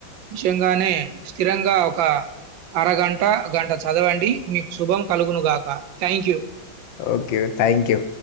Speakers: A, on the right; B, on the left.
A: నిజంగానే స్థిరంగా ఒక అరగంట గంట చదవండి. మీకు శుభం కలుగును గాక thank you
B: okay thank you